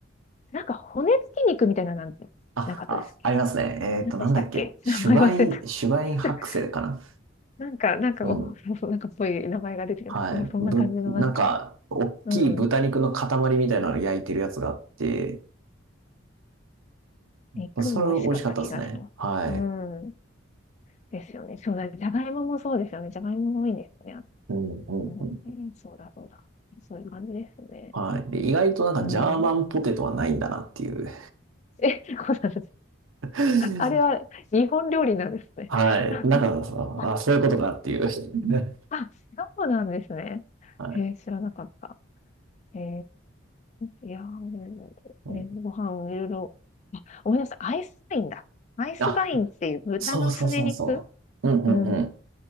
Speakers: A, on the left; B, on the right.
A: なんか骨付き肉みたいななんてなかったですっけ
B: あ、あ、ありますね。えっと、
A: 何でしたっけ
B: なんだっけ。
A: <laughs>
B: シュバイン、
A: 名前忘れた。
B: シュバイン白製かな。
A: <laughs> なんか、なんか、
B: うん。
A: おそうそう <laughs> なんかっぽい名前が出てきた。
B: はい。
A: そうそんな感じのなんか、
B: ぶ、なんか、大きい豚肉の塊みたいなの焼いてるやつがあって、
A: うん。肉も美味しかった気がする。
B: うん。それ美味しかったですね。はい。
A: うん。ですよね。そうだ。じゃがいももそうですよね。じゃがいももいいんですよね。
B: うんうん。
A: うん。そうだ、そうだ。そういう感じですよね。
B: はい。で、意外となんかジャーマンポテトはないんだなっていう
A: うん。<laughs> え、そうなんです。
B: <laughs>
A: あれは日本料理なんですね。
B: はい。
A: <laughs>
B: だからさ、
A: あ、
B: あ、そういうことかっていう。<laughs>
A: あ、そうなんですね。
B: はい。
A: へえ、知らなかった。ええいやー、
B: うん、
A: ね、ご飯いろいろ。あ、ごめんなさい。アイスバインだ。アイスバインっていう豚のすね肉
B: あ、そうそうそうそう。うんうんうん。
A: うん。